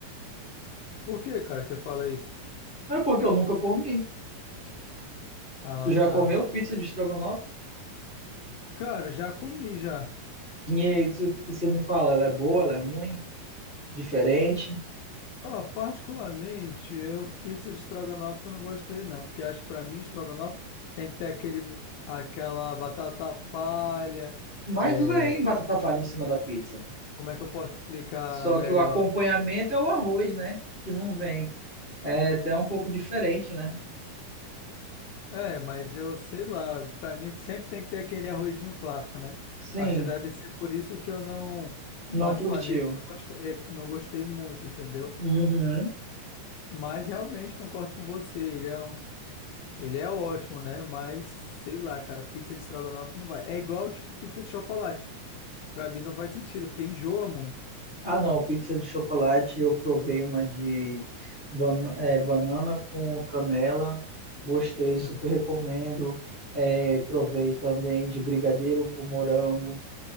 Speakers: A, on the left (about 85°); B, on the left (about 50°).
A: Por que, cara, você fala isso?
B: Mas é porque eu nunca comi.
A: Ah,
B: Tu já
A: tá.
B: comeu pizza de estrogonofe?
A: Cara, já comi já.
B: E é isso que você me fala, ela é boa, ela é ruim, diferente.
A: Ó, particularmente, eu pizza de estrogonofe eu não gostei não, porque acho que pra mim estrogonofe tem que ter aquele aquela batata palha.
B: Mas
A: é,
B: vem batata palha em cima da pizza.
A: como é que eu posso explicar
B: Só
A: melhor?
B: que o acompanhamento é o arroz, né? Que não vem. É até um pouco diferente, né?
A: É, mas eu sei lá, pra mim sempre tem que ter aquele arrozinho clássico, né?
B: Sim,
A: Acho que deve ser por isso que eu não,
B: não
A: particularmente,
B: curtiu.
A: eu não gostei, eh, não gostei muito, entendeu?
B: Uhum.
A: Mas realmente concordo com você, ele é, um- ele é ótimo, né? Mas sei lá, cara, pizza de estrogonofe não vai. É igual, tipo, pizza de chocolate. Pra mim não faz sentido, porque enjoa muito.
B: Ah, não, pizza de chocolate eu provei uma de bana- é, banana com canela, gostei, super
A: Uhum,
B: recomendo. É, provei também de brigadeiro com morango,